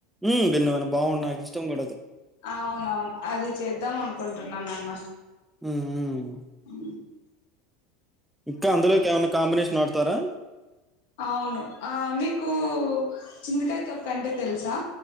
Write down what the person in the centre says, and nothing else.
ఉ విన్నా గాని బాగున్నాయి నాకు ఇష్టం కూడా అది
ఉ ఉ ఉహు
ఇంకా అందులోకి ఏమైనా కాంబినేషన్ వాడుతారా